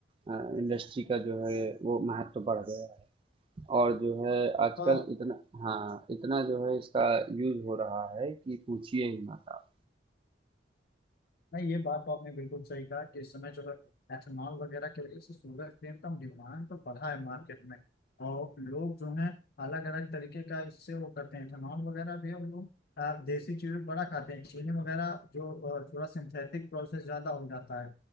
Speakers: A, on the right; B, on the left.
A: अ, इंडस्ट्री का जो है वो महत्व बढ़ गया है। और जो है आजकल
B: हाँ
A: इतना हाँ, इतना जो है इसका यूज़ हो रहा है कि पूछिए ही मत आप।
B: नहीं ये बात तो आपने बिल्कुल सही कहा कि इस समय जो है एथेनॉल वगैरह की वजह से शुगर केन का डिमांड तो बढ़ा है मार्केट में और लोग जो है अलग अलग तरीके का इससे वो करते हैं एथेनॉल वगैरह भी हम लोग आ, देसी चीजें बड़ा खाते हैं चीनी वगैरह जो आ, थोड़ा सिंथेटिक प्रोसेस ज्यादा हो जाता है